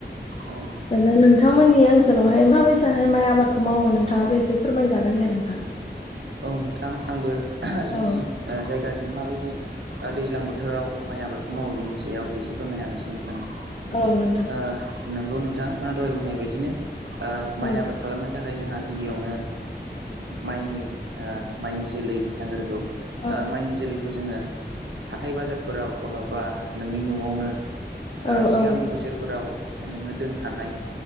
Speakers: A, on the right; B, on the left.
A: औ
B: दा नोंथांमोननि ओनसोलावहाय माबायसाहाय माइ आबादखौ मावो नोंथाङाबो एसे फोरमायजागोन दे नोंथां।
A: औ नोंथां आंबो जोंनि
B: औ
A: जायगाजों माबायदि दैज्लां बोथोराव माइ आबादखौ मावो बिनि सायाव एसे फोरमायना हानोसै नोंथांनो
B: औ नोंथां
A: ओ नोंगौ नोंथां आं दहाय बुंनाय बायदिनो
B: औ
A: माइ आबाद खालामनो थाखाय जोंहा गिबियावनो माइनि ओ माइनि जोलै नांगोरगौ ओ
B: औ
A: माइनि जोलैखौ जोङो हाथाय बाजारफोराव नङाबा नोंनि न'आवनो
B: औ
A: ओ सिगांनि
B: औ
A: बोसोरफोराव नोङो दोनखानाय